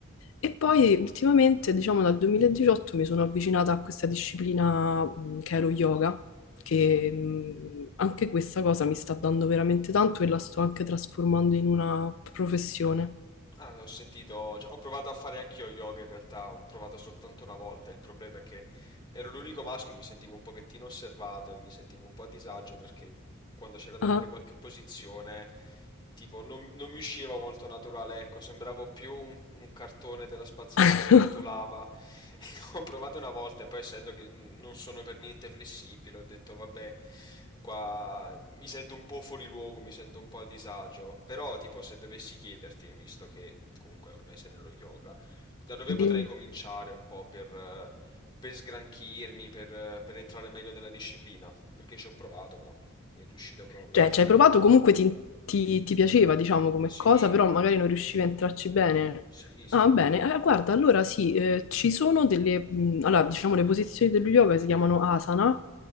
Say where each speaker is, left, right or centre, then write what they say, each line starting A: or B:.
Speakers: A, on the left; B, on the left.
A: E poi ultimamente, diciamo dal 2018, mi sono avvicinata a questa disciplina mh, che è lo yoga, che mh, anche questa cosa mi sta dando veramente tanto e la sto anche trasformando in una professione.
B: Ah, ho sentito, cioè, ho provato a fare anch'io yoga in realtà, ho provato soltanto una volta, il problema è che ero l'unico maschio e mi sentivo un pochettino osservato e mi sentivo un po' a disagio perché quando c'era da
A: Ah.
B: fare qualche posizione, tipo, non, non mi usciva molto naturale, ecco, sembravo più un, un cartone della spazzatura
A: <laughs>
B: che rotolava. <laughs> Ho provato una volta e poi essendo che non sono per niente flessibile, ho detto vabbè, qua mi sento un po' fuori luogo, mi sento un po' a disagio, però tipo se dovessi chiederti, visto che comunque ormai sei nello yoga, da dove potrei
A: Dimmi.
B: cominciare un po' per, eh, per sgranchirmi, per, eh, per entrare meglio nella disciplina? Perché ci ho provato, ma mi è riuscito proprio.
A: Cioè, ci hai provato, comunque ti, ti- ti piaceva, diciamo, come
B: Sì,
A: cosa, però magari non riuscivi a entrarci bene.
B: sì, sì.
A: Ah, bene. Eh, guarda, allora sì, eh, ci sono delle... mh, allora, diciamo, le posizioni dello yoga si chiamano asana,